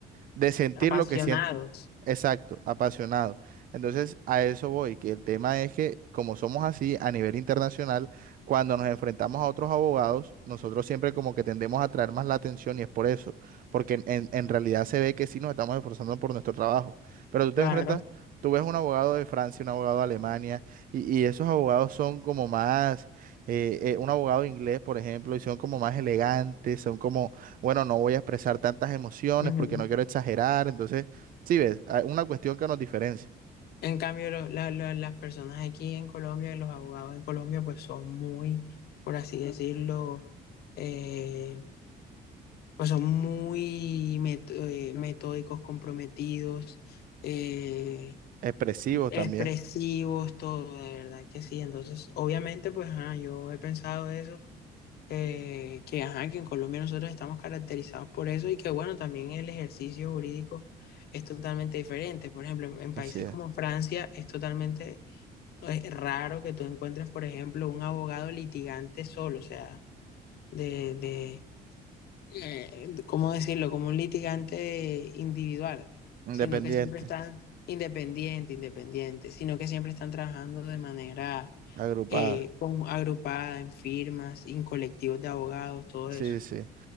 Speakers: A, on the right; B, on the left.
A: de sentir
B: Apasionados,
A: lo que siente. Exacto, apasionado. Entonces, a eso voy, que el tema es que como somos así a nivel internacional, cuando nos enfrentamos a otros abogados, nosotros siempre como que tendemos a atraer más la atención y es por eso, porque en, en- en realidad se ve que sí nos estamos esforzando por nuestro trabajo, pero tú te
B: claro.
A: enfrentas, tú ves un abogado de Francia, un abogado de Alemania, y, y esos abogados son como más, eh, eh, un abogado inglés, por ejemplo, y son como más elegantes, son como, bueno, no voy a expresar tantas emociones
B: Ujú.
A: porque no quiero exagerar, entonces Sí, ves, hay una cuestión que nos diferencia.
B: En cambio, lo- la- la- las personas aquí en Colombia, los abogados en Colombia, pues son muy, por así decirlo, eh, pues son muy met- eh, metódicos, comprometidos, eh,
A: Expresivos
B: expresivos,
A: también.
B: todo, de verdad que sí. Entonces, obviamente, pues ajá, yo he pensado eso, eh, que ajá, que en Colombia nosotros estamos caracterizados por eso y que bueno, también el ejercicio jurídico es totalmente diferente. Por ejemplo, en en países
A: Así es.
B: como Francia es totalmente es raro que tú encuentres, por ejemplo, un abogado litigante solo, o sea, de, de, eh, ¿cómo decirlo? Como un litigante individual,
A: Independiente.
B: sino que siempre están independiente, independiente, sino que siempre están trabajando de manera
A: Agrupada.
B: eh, con- agrupada en firmas, en colectivos de abogados, todo
A: Sí,
B: eso.
A: sí.